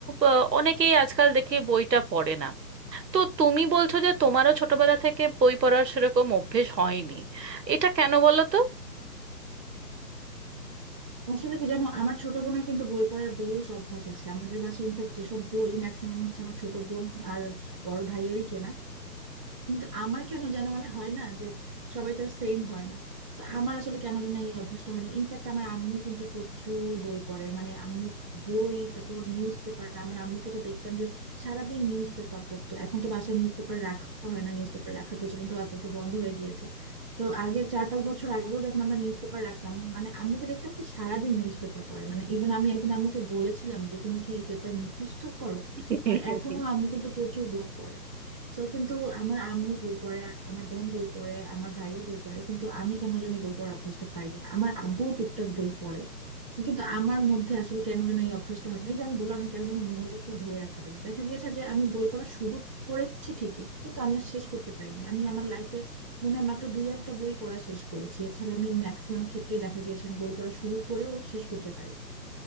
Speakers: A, on the right; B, on the right.
A: আহ, অনেকেই আজকাল দেখে বইটা পড়ে না তো তুমি বলছো যে তোমারও ছোটবেলা থেকে বই পড়ার সেরকম অভ্যেস হয়নি এটা কেন বলো তো
B: আসলে কি জানো আমার ছোট বোনের কিন্তু বই পড়ার বেশ অভ্যাস আছে আমাদের বাসায় ইনফ্যাক্ট যেসব বই ম্যাক্সিমাম হচ্ছে আমার ছোট বোন আর বড় ভাইয়েরই কেনা কিন্তু আমার কেন যেন মানে হয় না যে সবাই তো আর সেম হয় না তো আমার আসলে কেন যেন এই অভ্যাসটা হয়নি ইনফ্যাক্ট আমার আম্মু কিন্তু প্রচুর বই পড়ে মানে আম্মু বই তারপর নিউজ পেপার আমার আম্মুকে তো দেখতাম যে সারাদিন নিউজ পেপার পড়তো এখন তো বাসায় নিউজ পেপার রাখা হয় না নিউজ পেপার রাখার প্রচলনটা আস্তে আস্তে বন্ধ হয়ে গিয়েছে তো আগে চার পাঁচ বছর আগেও যখন আমরা নিউজ পেপার রাখতাম মানে আম্মুকে দেখতাম কি সারাদিন নিউজ পেপার পড়ে মানে ইভেন আমি একদিন আম্মুকে বলেছিলাম যে তুমি কি পেপার মুখস্থ করো
A: <laughs>
B: মানে এখনো আম্মু কিন্তু প্রচুর বই পড়ে তো কিন্তু আমার আম্মু বই পড়ে আমার বোন বই পড়ে আমার ভাইয়া বই পড়ে কিন্তু আমি কেন জানি এই বই পড়ার অভ্যাসটা পাইনি আমার আব্বু টুকটাক বই পড়ে কিন্তু আমার মধ্যে আসলে কেন যেন এই অভ্যাসটা হয়নি যে আমি বললাম আমি কেন যেন মনোযোগটা ধরে রাখতে পারি না দেখা গিয়েছে যে আমি বই পড়া শুরু করেছি ঠিকই কিন্তু আমি আর শেষ করতে পারিনি আমি আমার লাইফে মনে হয় মাত্র দুই একটা বই পড়া শেষ করেছি এছাড়া আমি ম্যাক্সিমাম ক্ষেত্রে দেখা গিয়েছে আমি বই পড়া শুরু করেও শেষ করতে পারি